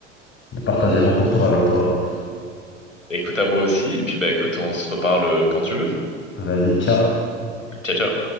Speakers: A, on the left; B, on the left.
A: de partager mon top 3 avec toi.
B: Bah, écoute à moi aussi, et puis bah écoute, on se reparle euh, quand tu veux.
A: Vas-y, ciao.
B: Ciao, ciao.